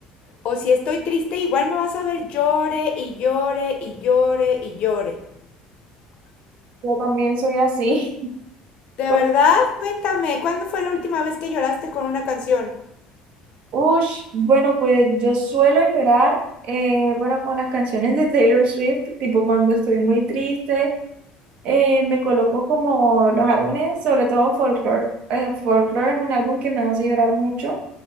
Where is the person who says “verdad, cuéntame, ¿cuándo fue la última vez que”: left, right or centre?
Left